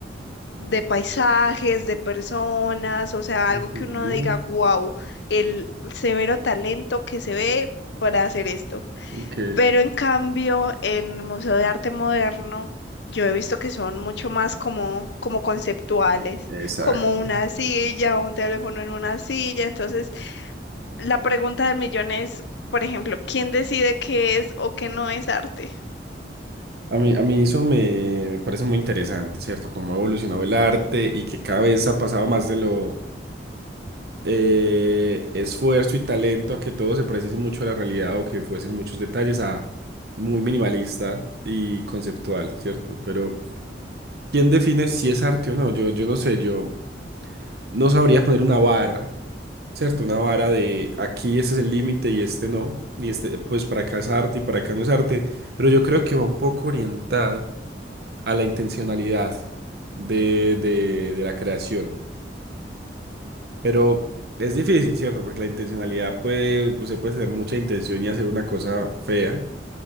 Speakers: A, on the left; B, on the right.
A: de paisajes, de personas, o sea,
B: ujú,
A: algo que uno diga, wow, el severo talento que se ve para hacer esto.
B: Ok,
A: Pero en cambio, en el Museo de Arte Moderno, yo he visto que son mucho más como, como conceptuales,
B: exacto.
A: como una silla, un teléfono en una silla. Entonces, la pregunta del millón es, por ejemplo, ¿quién decide qué es o qué no es arte?
B: A mí, a mí eso me, me parece muy interesante, ¿cierto? Cómo ha evolucionado el arte y que cada vez ha pasado más de lo eh, esfuerzo y talento a que todo se pareciese mucho a la realidad o que fuesen muchos detalles a muy minimalista y conceptual, ¿cierto? Pero ¿Quién define si es arte o no? Yo, yo no sé, yo no sabría poner una barra, ¿cierto? Una vara de aquí este es el límite y este no, y este pues para acá es arte y para acá no es arte, pero yo creo que va un poco orientado a la intencionalidad de, de, de la creación. Pero es difícil, ¿cierto? Porque la intencionalidad puede, pues se puede tener mucha intención y hacer una cosa fea,